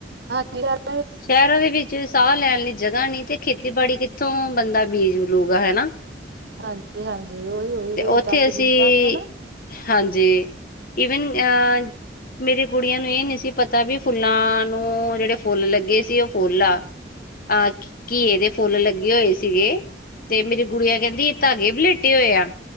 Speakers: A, on the right; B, on the left.
A: ਹਾਂ <unintelligible>
B: ਸ਼ਹਿਰਾਂ ਦੇ ਵਿੱਚ ਸਾਹ ਲੈਣ ਲਈ ਨੀ ਜਗਾ ਨੀ ਤੇ ਖੇਤੀਬਾੜੀ ਕਿੱਥੋਂ ਬੰਦਾ ਬੀਜ ਲੂਗਾ ਹਨਾ।
A: ਹਾਂਜੀ ਹਨ। ਉਹੀ ਉਹੀ
B: ਤੇ
A: ਜਿਹੜੇ
B: ਉੱਥੇ
A: ਜੱਟ
B: ਅਸੀਂ
A: ਜਿਮੀਦਾਰ ਆ ਨਾ
B: ਹਾਂਜੀ ਈਵਨ ਅਹ ਮੇਰੇ ਗੁੜੀਆਂ ਨੂੰ ਇਹ ਨਹੀਂ ਸੀ ਪਤਾ ਵੀ ਫੁੱਲਾਂ ਨੂੰ ਜਿਹੜੇ ਫੁੱਲ ਲੱਗੇ ਸੀ ਉਹ ਫੁੱਲ ਆ ਆਹ ਘੀਏ ਦੇ ਫੁੱਲ ਲੱਗੇ ਹੋਏ ਸੀਗੇ। ਤੇ ਮੇਰੀ ਗੁੜੀਆਂ ਕਹਿੰਦੀ ਇਹ ਧਾਗੇ ਵੇਲਟੇ ਹੋਏ ਆ